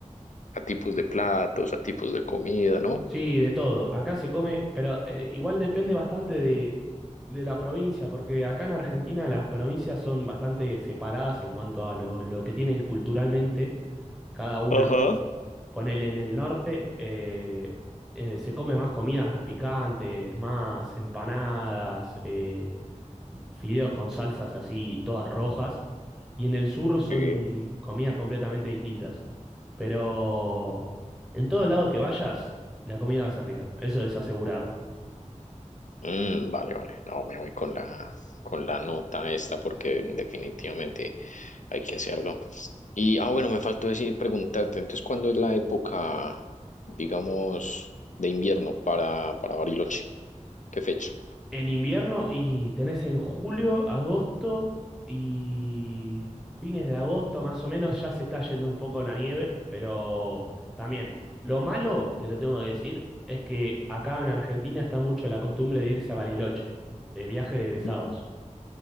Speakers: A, on the left; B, in the centre.
A: a tipos de platos, a tipos de comida, ¿no?
B: Sí, de todo. Acá se come, pero eh, igual depende bastante de, de la provincia, porque acá en Argentina las provincias son bastante separadas en cuanto a lo, lo que tienen culturalmente cada una.
A: Ajá.
B: Ponele en el norte, eh, eh, se come más comidas picantes, más empanadas, eh, fideos con salsas así todas rojas, y en el sur son
A: Sí.
B: comidas completamente distintas. Pero en todo lado que vayas, la comida va a ser rica, eso es asegurado.
A: Mm, vale, vale. No, me voy con la, con la nota esta porque definitivamente hay que hacerlo. Y, ah, bueno, me faltó decir, preguntarte, entonces, ¿cuándo es la época, digamos, de invierno para, para Bariloche? ¿Qué fecha?
B: En invierno y tenés en julio, agosto y fines de agosto más o menos ya se está yendo un poco la nieve, pero también lo malo, te lo tengo que decir, es que acá en Argentina está mucho la costumbre de irse a Bariloche, de viaje de egresados.
A: Ujú.